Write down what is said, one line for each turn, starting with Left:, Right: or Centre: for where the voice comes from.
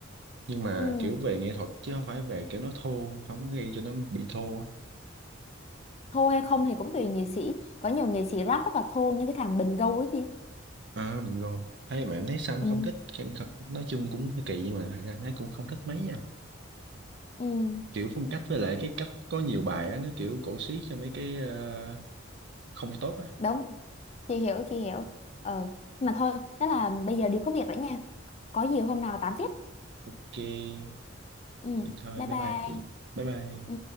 Right: nhưng mà
Left: ừ.
Right: kiểu về nghệ thuật chứ không phải về kiểu nó thô không có gây cho nó bị thô á
Left: thô hay không thì cũng tùy nghệ sĩ có nhiều nghệ sĩ rap rất là thô như cái thằng Bình Gâu ấy chị
Right: à mình ngon thấy mà em thấy Sam
Left: ừ.
Right: không thích em kh- nói chung cũng hơi kỳ nhưng mà thật ra em thấy cũng không thích mấy nha
Left: ừ.
Right: kiểu phong cách với lại cái cách có nhiều bài á nó kiểu cổ xí cho mấy cái ờ, không tốt á
Left: đúng chị hiểu chị hiểu ờ mà thôi đó là bây giờ đi có việc rồi nha có gì hôm nào tám tiếp
Right: ok
Left: ừ.
Right: vậy thôi
Left: bye
Right: bye
Left: bye
Right: bye chị bye bye
Left: ừ.